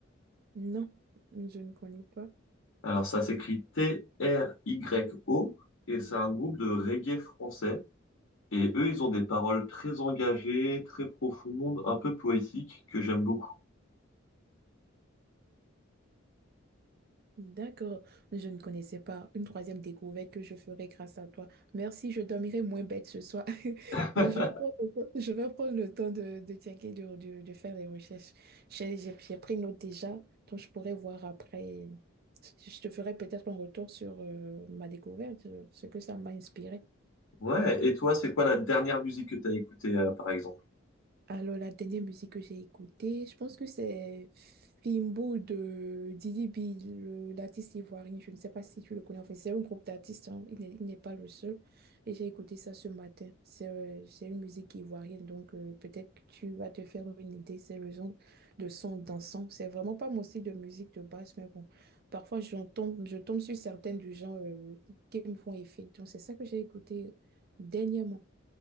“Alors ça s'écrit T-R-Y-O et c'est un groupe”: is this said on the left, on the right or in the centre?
Left